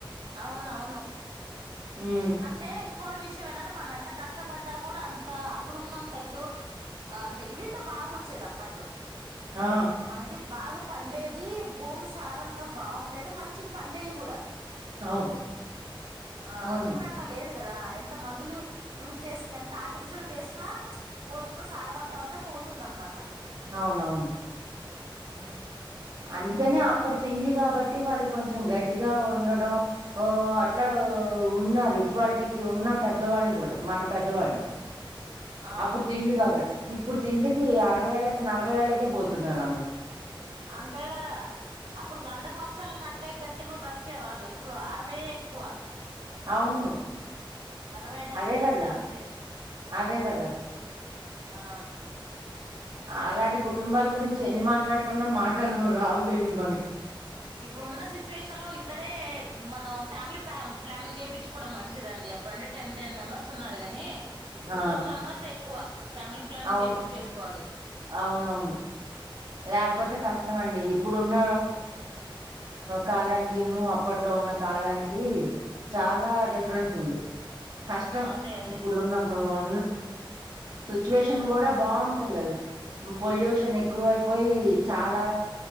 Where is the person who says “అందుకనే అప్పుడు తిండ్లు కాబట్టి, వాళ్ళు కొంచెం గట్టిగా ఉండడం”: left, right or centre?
Right